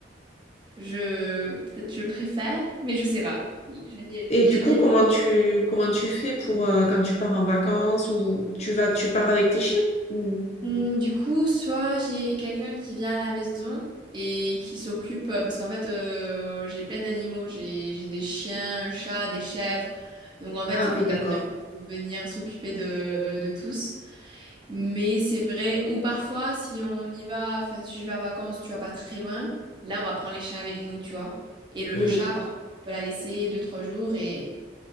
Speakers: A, on the right; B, on the left.
A: je. Peut-être je préfère. Mais je sais pas. J'aime bien.
B: Et
A: j'aime
B: du coup,
A: bien.
B: comment tu comment tu fais pour euh, quand tu pars en vacances ou tu vas tu pars avec tes chiens? ou-
A: Hmm, Du coup, soit j'ai quelqu'un qui vient à la maison et qui s'occupe. euh, Parce qu'en fait, euh, j'ai plein d'animaux. J'ai j'ai des chiens, un chat, des chèvres. Donc en fait,
B: Ah
A: il faut
B: oui, d'accord.
A: quelqu'un pour venir s'occuper de, de tous. Mais c'est vrai, ou parfois, si on y va, enfin, si je vais en vacances, tu vas pas très loin, là, on va prendre les chiens avec nous, tu vois. Et le
B: Hmm,
A: chat, par contre, on peut la laisser deux, trois jours et